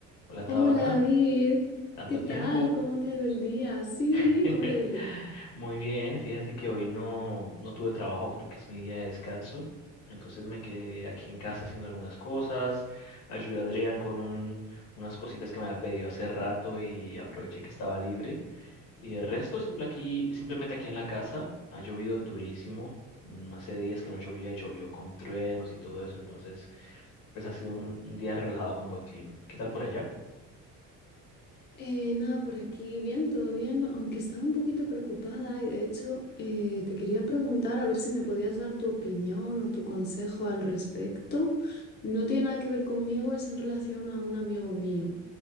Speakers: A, on the left (about 75°); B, on the left (about 30°).
A: Hola Tabata,
B: Hola David,
A: tanto
B: ¿qué tal?
A: tiempo.
B: ¿Cómo te ha ido el día? Sí,
A: <laughs>
B: ¿cómo te ha ido el día?
A: Muy bien, fíjate que hoy no, no tuve trabajo porque es mi día de descanso, entonces me quedé aquí en casa haciendo algunas cosas, ayudé a Adrián con un- unas cositas que me había pedido hace rato y aproveché que estaba libre. Y de resto, simple aquí, simplemente aquí en la casa, ha llovido durísimo, mm, hace días que no llovía y llovió con truenos y todo eso, entonces pues ha sido un un día relajado con buen clima. ¿Qué tal por allá?
B: Eh, nada, por aquí bien, todo bien, aunque estaba un poquito preocupada y de hecho eh, te quería preguntar a ver si me podías dar tu opinión o tu consejo al respecto. No tiene nada que ver conmigo, es en relación a un amigo mío.